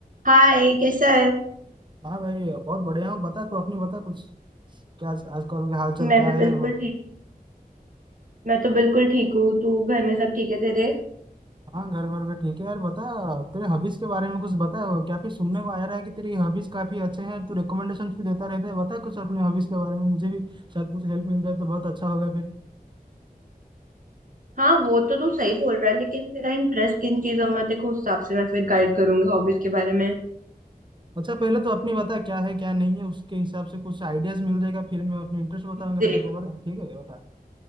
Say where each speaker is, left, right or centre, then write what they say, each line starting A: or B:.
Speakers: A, on the right (about 60°); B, on the right (about 30°).
A: हाय कैसा है
B: हाँ भाई बहुत बढ़िया हूँ बता तू अपनी बता कुछ क्या आजकल का हाल चाल
A: मैं
B: क्या
A: भी
B: है
A: बिल्कुल
B: मतलब
A: ठीक हूँ मैं तो बिल्कुल ठीक हूँ तू घर में सब ठीक है तेरे
B: हाँ घर घर में ठीक है यार बता तेरे हॉबीज के बारे में कुछ बता वो क्या फिर सुनने को आ रहा है कि तेरी हॉबीज काफी अच्छे हैं तू रिकमेंडेशन भी देता रहता है बता कुछ अपने हॉबीज के बारे में मुझे भी शायद कुछ हेल्प मिल जाए तो बहुत अच्छा होगा फिर
A: हाँ वो तो तू सही बोल रहा है लेकिन तेरा इंटरेस्ट किन चीजों में है, देखो उस हिसाब से मैं फिर गाइड करूंगी हॉबीज के बारे में
B: अच्छा पहले तो अपनी बता क्या है क्या नहीं है उसके हिसाब से कुछ आइडियाज मिल जाएगा फिर मैं अपने इंटरेस्ट बताऊंगा
A: देख
B: तेरे को बता ठीक है बता